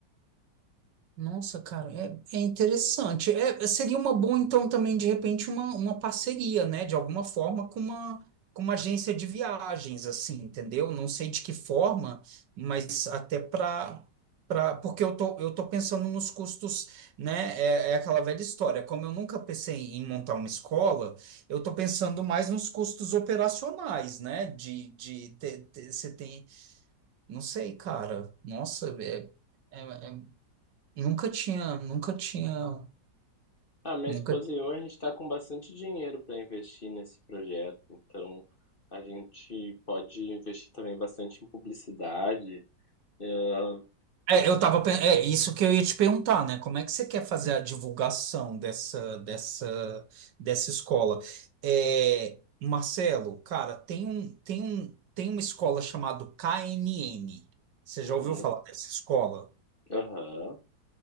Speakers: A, on the right; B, on the left.
A: Nossa, cara, é, é interessante. É, seria uma boa, então, também, de repente, uma, uma parceria, né? De alguma forma, com uma, com uma agência de viagens, assim, entendeu? Não sei de que forma, mas até para. Pra, porque eu tô, eu tô pensando nos custos, né? É, é aquela velha história. Como eu nunca pensei em montar uma escola, eu tô pensando mais nos custos operacionais, né? De, de ter, ter- você tem. Não sei, cara. Nossa, é. é, é Nunca tinha, nunca tinha,
B: Ah, minha
A: nunca.
B: esposa e eu, a gente está com bastante dinheiro para investir nesse projeto, então a gente pode investir também bastante em publicidade. Ah,
A: É, eu tava, pen- é isso que eu ia te perguntar, né? Como é que você quer fazer a divulgação dessa, dessa, dessa escola? É, Marcelo, cara, tem um, tem um, tem uma escola chamada KNN. Você
B: uhum,
A: já ouviu falar dessa escola?
B: aham.